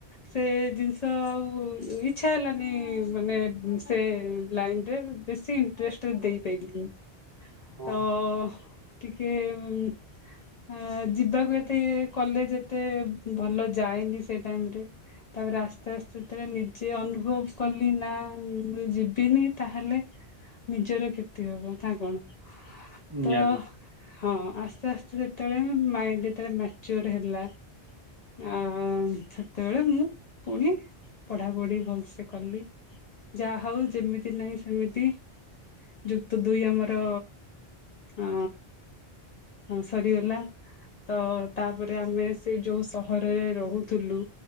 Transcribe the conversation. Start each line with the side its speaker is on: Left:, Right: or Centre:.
Left: ସେ ଜିନିଷ ଆଉ ଇଚ୍ଛା ହେଲାନି ମାନେ ସେ ଲାଇନରେ ବେଶି ଇଣ୍ଟ୍ରେଷ୍ଟ ଦେଇପାଇଲିନି।
Right: ହଁ
Left: ତ
Right: ହଁ
Left: ଟିକେ ଉଁ ଆଁ ଯିବାକୁ ଏତେ କଲେଜ ଏତେ ଭଲ ଯାଏନି ସେଇ ଟାଇମରେ ତାପରେ ଆସ୍ତେ ଆସ୍ତେ ଯେତେବେଳେ ନିଜେ ଅନୁଭବ କଲି ନା ମୁଁ ଯିବିନି ତାହେଲେ ନିଜର କ୍ଷତି ହବ। ତା କଣ? ତ
Right: ମ୍ୟାମ୍
Left: ହଁ ଆସ୍ତେ ଆସ୍ତେ ଯେତେବେଳେ ମୋ ମାଇଣ୍ଡ ଯେତେବେଳେ ମ୍ୟାଚୁଅର୍ ହେଲା ଆ ସେତେବେଳେ ମୁଁ ପୁଣି ପଢାପଢି ଭଲସେ କଲି ଯାହଉ ଯେମିତି ନାହିଁ ସେମିତି ଯୁକ୍ତ ଦୁଇ ଆମର ଅ ହଁ ସରିଗଲା ତ ତାପରେ ଆମେ ସେଇ ଯୋଉ ସହର‌ରେ ରହୁଥୁଲୁ